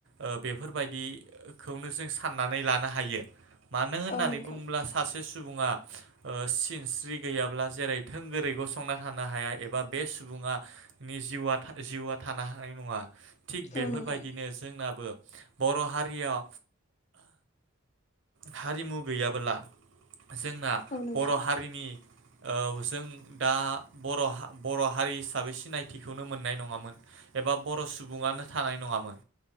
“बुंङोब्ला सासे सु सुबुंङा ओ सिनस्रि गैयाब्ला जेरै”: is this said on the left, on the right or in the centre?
Right